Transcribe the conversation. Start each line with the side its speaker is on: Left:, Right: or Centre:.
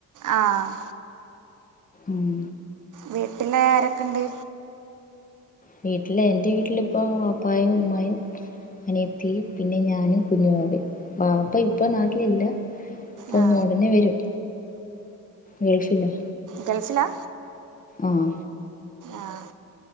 Right: ആഹ്, ആഹ്.
Left: ഉം
Right: വീട്ടിലാരെക്കെണ്ട്?
Left: വീട്ടില്, എന്റെ വീട്ടിലിപ്പോ വാപ്പായും ഉമ്മായും. അനിയത്തി, പിന്നെ ഞാനും കുഞ്ഞുവാവെ. വാപ്പ ഇപ്പം നാട്ടിലില്ല. ഇപ്പൊ
Right: ആ
Left: ഒടനെ വെരും. ഗൾഫിലാ.
Right: ഗൾഫിലാ?
Left: ആഹ്.
Right: ആഹ്.